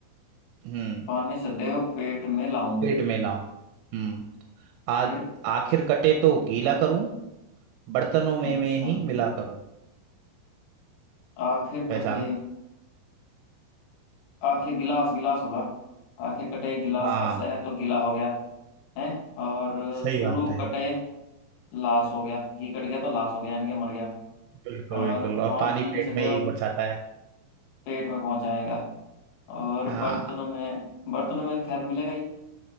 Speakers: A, on the right (about 80°); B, on the left (about 80°).
A: हम्म
B: पानी सदैव पेट में लाऊं
A: पेट में लाऊं हम्म आ
B: फिर
A: आखिर कटे तो गीला करूं बर्तनों में
B: अच्छा
A: में ही मिला करूं
B: आखिर
A: पहचानो
B: कटे आखिर गिलास गिलास होगा आखिर कटे गिलास
A: हाँ
B: का सह तो गिला हो गया है और
A: सही
B: शुरू
A: बात है
B: कटे लाश हो गया घी कट गया तो लाश हो गया यानी कि मर गया
A: बिल्कुल
B: और
A: बिल्कुल और
B: पानी
A: पानी पेट
B: सदैव
A: में यही पहुंचाता है
B: पेट में पहुंच जाएगा और
A: हाँ
B: बर्तनों में बर्तनों में खैर मिलेगा ही